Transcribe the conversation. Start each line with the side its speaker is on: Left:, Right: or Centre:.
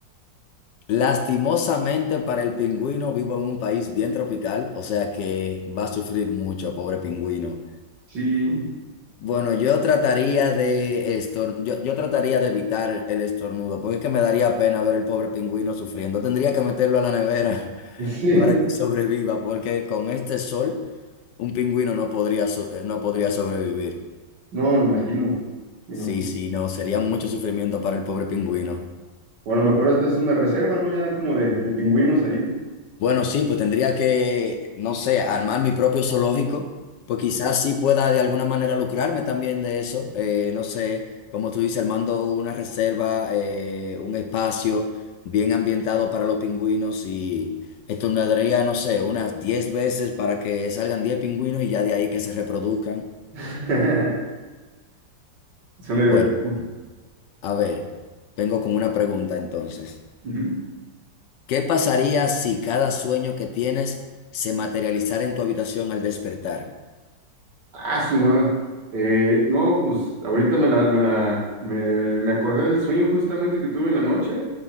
Left: Lastimosamente para el pingüino vivo en un país bien tropical, o sea que va a sufrir mucho, pobre pingüino.
Right: Sí,
Left: Bueno, yo trataría de estor- yo, yo trataría de evitar el estornudo, porque es que me daría pena ver el pobre pingüino sufriendo. Tendría que meterlo a la nevera <laughs>
Right: <laughs> sí, no,
Left: para que sobreviva, porque con este sol un pingüino no podría so- eh, no podría sobrevivir.
Right: no, me imagino. me
Left: Sí,
Right: imagino.
Left: sí, no, sería mucho sufrimiento para el pobre pingüino.
Right: O a lo mejor hasta es una reserva, ¿no? Ya como de, de pingüinos ahí.
Left: Bueno, sí, pues tendría que, no sé, armar mi propio zoológico, pues quizás sí pueda de alguna manera lucrarme también de eso. eh, no sé, como tú dices, armando una reserva, eh, un espacio bien ambientado para los pingüinos y estornaría, no sé, unas 10 veces para que salgan 10 pingüinos y ya de ahí que se reproduzcan.
Right: <laughs> Suena divertido.
Left: Bueno, a ver, vengo con una pregunta entonces.
Right: Ujú.
Left: ¿Qué pasaría si cada sueño que tienes se materializara en tu habitación al despertar?
Right: Ah, su ma- Eh, no, pues ahorita me la, me la, me, me acordé del sueño justamente que tuve en la noche,